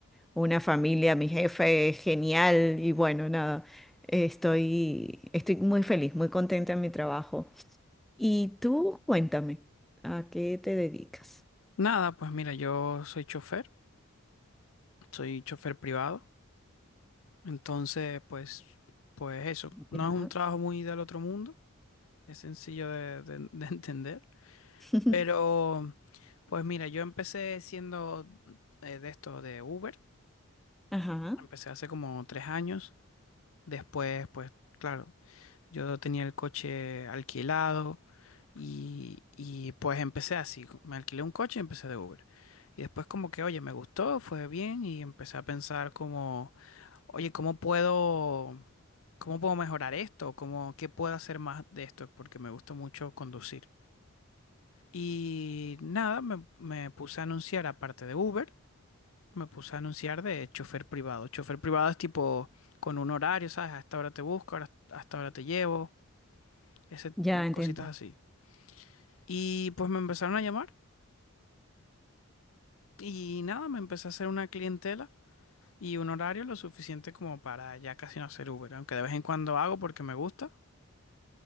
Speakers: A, in the centre; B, on the left (about 70°).
A: una familia, mi jefe es genial y bueno, nada, estoy, estoy muy feliz, muy contenta en mi trabajo. Y tú, cuéntame, ¿a qué te dedicas?
B: Nada, pues mira, yo soy chofer, soy chofer privado, entonces pues, pues eso, no
A: Ya.
B: es un trabajo muy del otro mundo, es sencillo de, de- de <laughs> entender,
A: <laughs>
B: pero pues mira, yo empecé siendo eh, de esto de Uber,
A: Ajá.
B: empecé hace como tres años, después pues claro, Yo tenía el coche alquilado y, y, pues empecé así, me alquilé un coche y empecé de Uber. Y después como que, oye, me gustó, fue bien y empecé a pensar como, oye, ¿cómo puedo, cómo puedo mejorar esto? ¿Cómo, qué puedo hacer más de esto? Porque me gusta mucho conducir. Y nada, me, me puse a anunciar, aparte de Uber, me puse a anunciar de chofer privado. Chofer privado es tipo con un horario, ¿sabes? A esta hora te busco, ahora- a esta hora te llevo, ese,
A: Ya entiendo.
B: cositas así. Y pues me empezaron a llamar y nada, me empecé a hacer una clientela y un horario lo suficiente como para ya casi no hacer Uber, aunque de vez en cuando hago porque me gusta,